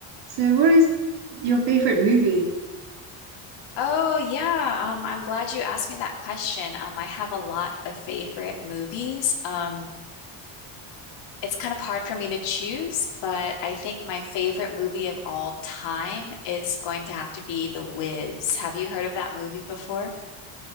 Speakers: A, on the right; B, on the left.
A: So, what is your favorite movie?
B: Oh yeah, um, I'm glad you asked me that question. Um, I have a lot of favorite movies. Um, it's kind of hard for me to choose, but I think my favorite movie of all time is going to have to be The Wiz. Have you heard of that movie before?